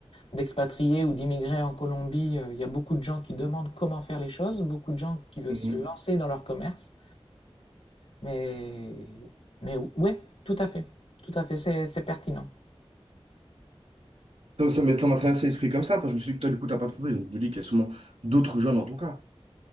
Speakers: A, on the left (about 85°); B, on the right (about 85°).
A: d'expatriés ou d'immigrés en Colombie, euh, il y a beaucoup de gens qui demandent comment faire les choses, beaucoup de gens qui veulent
B: Mmh.
A: se lancer dans leur commerce. Mais, mais ouais, tout à fait, tout à fait, c'est c'est pertinent.
B: Donc, ça m'est- ça m'a traversé l'esprit comme ça, parce que je me suis dit que toi, du coup, t'as pas trouvé. Donc, je me dis qu'il y a sûrement d'autres gens dans ton cas.